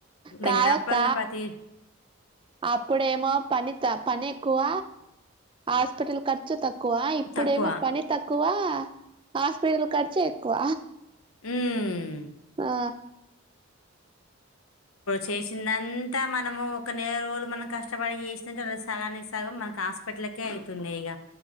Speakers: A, on the right; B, on the left.
A: కాదక్క
B: వెెళ్ళి నా పల్ల పతి
A: అప్పుడేమో పని పని ఎక్కువ హాస్పిటల్ ఖర్చు క్కువ ఇప్పుడేమో
B: తక్కువ
A: పని తక్కువ హాస్పిటల్ కడిచే ఎక్కువ
B: ఉమ్.
A: ఆ
B: చేసిందంతా మనము ఒక నెర రోలు మనం కష్టపడి చేస్తుంటే అ సగానికి సగం మనకి హాస్పిటల్కే అవుతున్నాయి ఇగ